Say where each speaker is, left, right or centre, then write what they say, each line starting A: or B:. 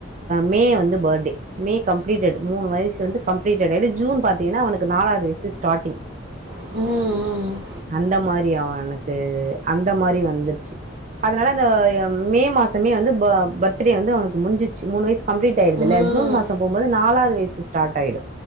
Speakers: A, on the right; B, on the right.
A: மே வந்து பர்டே மே கம்ப்ளீடட் மூணு வயசு வந்து கம்ப்ளீடட்டு ஜூன் பாத்தீங்கன்னா அவக்கு நாலாவது வயசு ஸ்டாடிங் <inaudible>
B: ம் ம் ம்
A: அந்த மாரி அவனுக்கு அந்த மாரி வந்துச்சு அதனால அந்த மே மாசமே வந்து ப பர்த்டே வந்து அவக்கு முஞ்சிச்சு மூணு வயசு கம்ப்ளீட் ஆயிடுதுல்ல
B: ம், ம்.
A: ஜூன் மாசோ போகு போது நாலாது வயசு ஸ்டார்ட் ஆயிடு